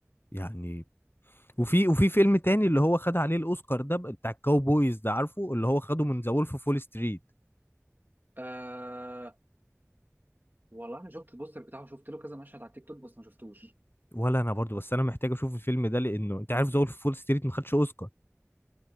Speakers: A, on the left (about 45°); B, on the right (about 40°).
A: يعني وفي وفي فيلم تاني اللي هو خد عليه الاوسكار ده بتاع الكاوبويز ده عارفه اللي هو خده من ذا وولف اوف فول ستريت
B: آه، والله انا شفت البوستر بتاعه شفت له كذا مشهد على التيك توك بس ما شفتوش
A: ولا انا برضه بس انا محتاج اشوف الفيلم ده لانه انت عارف ذا وولف اوف فول ستريت ما خدش اوسكار